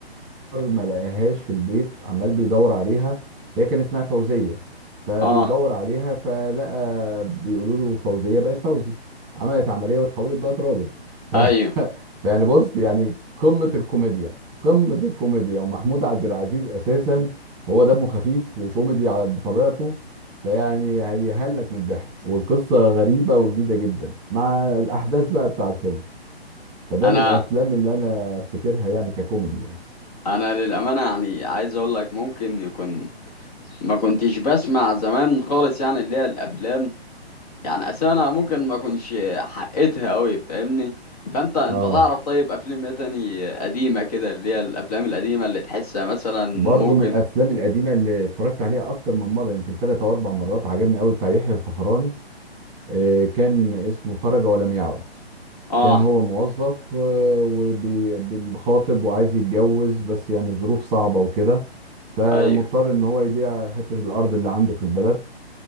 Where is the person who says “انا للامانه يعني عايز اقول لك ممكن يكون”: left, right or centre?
Left